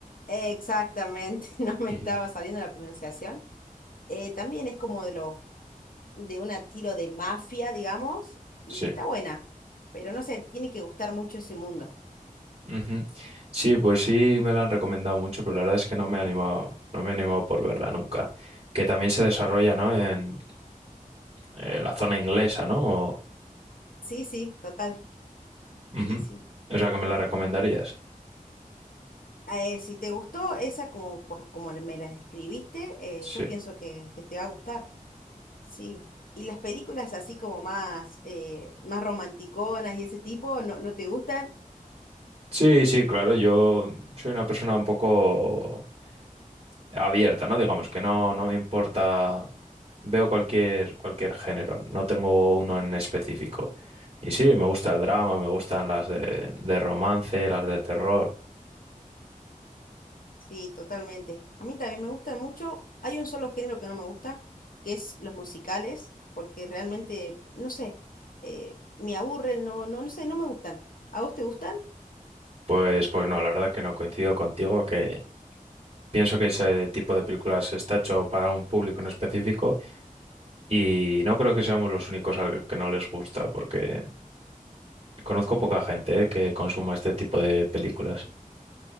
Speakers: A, on the left; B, on the right.
A: exactamente, <laughs> no me
B: Ujú.
A: estaba saliendo la pronunciación eh, también es como de los de un estilo de mafia, digamos, y
B: Sí.
A: está buena. Pero no sé, te tiene que gustar mucho ese mundo.
B: Ujú. Sí, pues sí me la han recomendado mucho, pero la verdad es que no me he animado, no me he animado por verla nunca. Que también se desarrolla, ¿no? En, eh, la zona inglesa, ¿no? O,
A: Sí, sí, total.
B: Ujú.
A: Sí, sí.
B: O sea, que me la recomendarías.
A: Eh, si te gustó esa como por como me la describiste, eh,
B: Sí.
A: yo pienso que, que te va a gustar. Sí. Y las películas así como más, eh, más romanticonas y ese tipo, ¿no, no te gustan?
B: Sí, sí, claro, yo soy una persona un poco abierta, ¿no? Digamos que no, no me importa, veo cualquier, cualquier género, no tengo uno en específico. Y sí, me gusta el drama, me gustan las de, de romance, las de terror.
A: Sí, totalmente. A mí también me gustan mucho. Hay un solo género que no me gusta, que es los musicales, porque realmente, no sé, eh, me aburren, no, no, no sé, no me gustan. ¿A vos te gustan?
B: Pues, pues no, la verdad que no coincido contigo, que pienso que ese tipo de películas está hecho para un público en específico Y no creo que seamos los únicos al que no les gusta, porque conozco poca gente, eh, que consuma este tipo de películas.